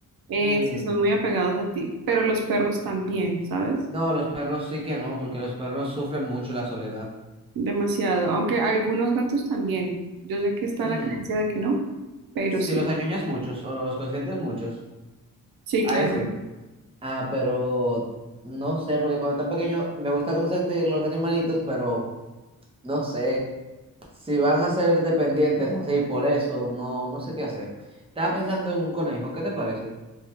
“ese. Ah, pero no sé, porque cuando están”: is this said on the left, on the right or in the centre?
Right